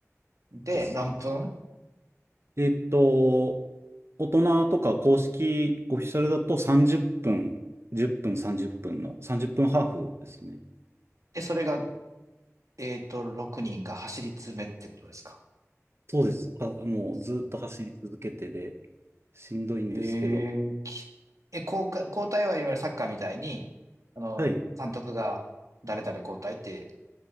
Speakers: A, on the right (about 80°); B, on the right (about 55°).
A: い。で、
B: ですね。
A: 何分
B: えっと、大人とか公式オフィシャルだと30分、10分、30分の30分ハーフですね。
A: で、それが、えっと、6人が走り詰めってことですか。
B: そうです。あもうずっと走り続けてで、
A: そう。
B: しんどいんですけど、
A: えー、き、え、交代、交代はいわゆるサッカーみたいに、あの、
B: はい。
A: 監督が誰々交代って、